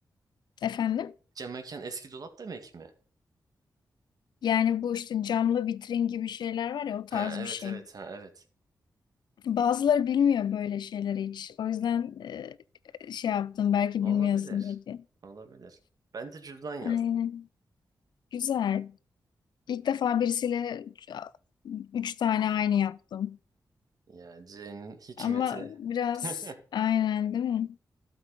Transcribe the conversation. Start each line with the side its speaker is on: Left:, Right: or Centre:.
Left: Efendim?
Right: Cam mekan eski dolap demek mi?
Left: Yani bu işte camlı vitrin gibi şeyler var ya o tarz
Right: Ha evet
Left: bir şey.
Right: evet ha evet.
Left: Bazıları bilmiyor böyle şeyleri hiç. O yüzden e, şey yaptım belki
Right: Olabilir.
Left: bilmiyorsun diye.
Right: Olabilir. Ben de cüzdan yazdım.
Left: Aynen. Güzel. İlk defa birisiyle üç üç tane aynı yaptım.
Right: Ya C'nin hikmeti.
Left: Ama biraz
Right: <laughs>
Left: aynen değil mi?